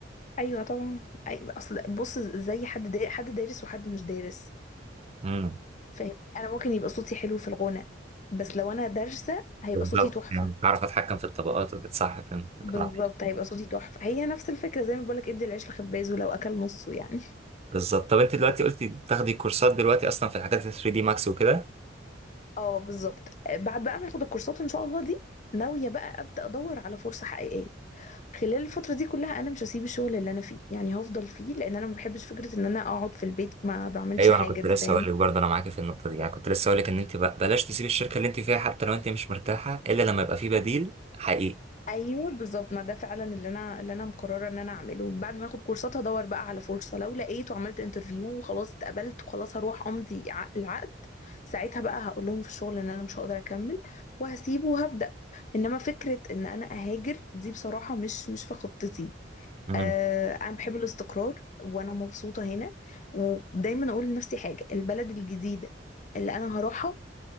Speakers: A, on the left (about 40°); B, on the right (about 35°).
A: ايوه طبعا أي اصل بص زي حد دا حد دارس وحد مش دارس
B: امم
A: فاهمني انا ممكن يبقى صوتي حلو في الغنى بس لو انا دارسة هيبقى
B: بالظبط
A: صوتي تحفة
B: يعني بعرف اتحكم في الطبقات وكده صح فهمت اقنعتني
A: بالظبط هيبقى صوتي تحفة هي نفس الفكرة زي ما بقولك ادي العيش لخبازه لو اكل نصه يعني
B: بالظبط طب انت دلوقتي قلتي بتاخدي كورسات دلوقتي اصلا في الحاجات ال 3 دي ماكس وكده
A: اه بالظبط بعد بقى ما اخد الكورسات ان شاء الله دي ناوية بقى ابدأ ادور على فرصة حقيقية خلال الفترة دي كلها انا مش هسيب الشغل اللي انا فيه يعني هفضل فيه لان انا ما بحبش فكرة ان انا اقعد في البيت ما بعملش
B: ايوه
A: حاجة
B: انا كنت
A: دي
B: لسه
A: فاهمني
B: هقول لك برضه انا معاكي في النقطه دي يعني كنت لسه هقول لك ان انت ب- بلاش تسيبي الشركه اللي انت فيها حتى لو انت مش مرتاحه الا لما يبقى في بديل حقيقي
A: ايوه بالظبط ما ده فعلا اللي انا اللي انا مقرره ان انا اعمله بعد ما اخد كورسات هدور بقى على فرصه لو لقيت وعملت انترفيو وخلاص اتقبلت وخلاص هروح امضي ع- العقد ساعتها بقى هقول لهم في الشغل ان انا مش هقدر اكمل وهسيبه وهبدا انما فكره ان انا اهاجر دي بصراحه مش مش في خطتي
B: امم
A: آه انا بحب الاستقرار وانا مبسوطه هنا ودايما اقول لنفسي حاجه البلد الجديده اللي انا هروحها